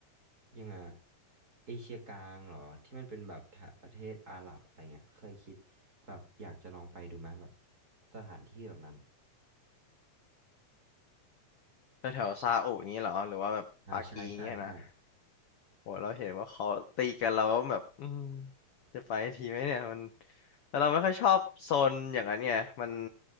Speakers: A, on the right; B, on the left.
A: ยังไงอะเอเชียกลางเหรอที่มันเป็นแบบแถบประเทศอาหรับอะไรเงี้ยเคยคิดแบบอยากจะลองไปดูไหมแบบสถานที่แบบนั้น
B: แถวแซาอุอย่างงี้เหรอหรือว่าแบบปากีอย่างเงี้ยนะ
A: อ่าใช่ใช่ใช่
B: โหเราเห็นว่าเขาตีกันเราก็แบบอืมจะไปทีไหมเนี่ยมันแล้วเราไม่ค่อยชอบโซนอย่างนั้นไงมัน